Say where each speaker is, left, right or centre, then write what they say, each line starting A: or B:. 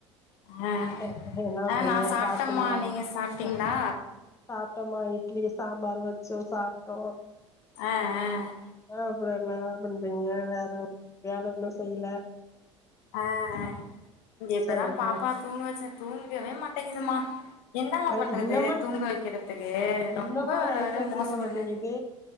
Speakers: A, on the left (about 55°); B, on the left (about 20°).
A: ஆ
B: <unintelligible> என்ன பண்றீங்க
A: ஆ நான் சாப்ட்டேம்மா
B: சாப்ட்டீங்ளா
A: நீங்க சாப்ட்டீங்களா
B: ஹ சாப்ட்டோம்மா இட்லி சாம்பார் வச்சு சாப்ட்டோ
A: அ அ
B: அ அப்பறோ என்ன பண்றீங்க வேற வேல ஒன்னு செய்ல
A: அ அ இங்க இப்பதா
B: சரிம்மா
A: பாப்பா தூங்க வெச்ச தூங்கவே மாட்டெங்குதுமா என்னம்மா
B: அஹ்
A: பண்றது
B: இன்னமா
A: தூங்க வெக்கறத்துக்கு
B: இன்னமா
A: ரொம்ப வர
B: நைட்ல
A: வர மோசோ
B: தூங்க மாட்டேங்குது
A: பண்ணுது